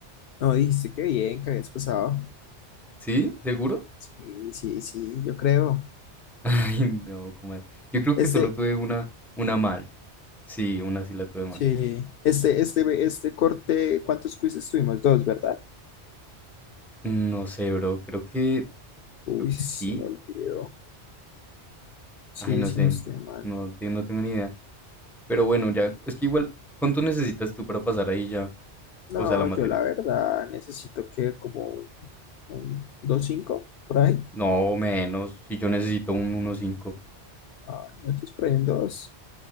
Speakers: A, on the left; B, in the centre.
A: No, dijiste que bien, que habías pasado.
B: ¿Sí? ¿Seguro?
A: Sí, sí, sí, yo creo.
B: <laughs> Ay, no, ¿cómo es? Yo creo que
A: Este,
B: solo tuve una, una mal. Sí, una sí la tuve mal.
A: sí, este, este, este corte, ¿cuántos quizzes tuvimos? Dos, ¿verdad?
B: Mm, No sé, bro. Creo que,
A: Uy,
B: creo que
A: se
B: sí.
A: me olvidó. Sí,
B: Ay, no
A: sí,
B: sé.
A: no estoy mal.
B: No, te- no tengo ni idea. Pero bueno, ya, es que igual, ¿cuánto necesitas tú para pasar ahí ya?
A: No,
B: O sea, la materia.
A: yo la verdad necesito que como un, un dos cinco por ahí.
B: No, menos. Si yo necesito un uno cinco.
A: Ah, no, esto es por ahí un 2.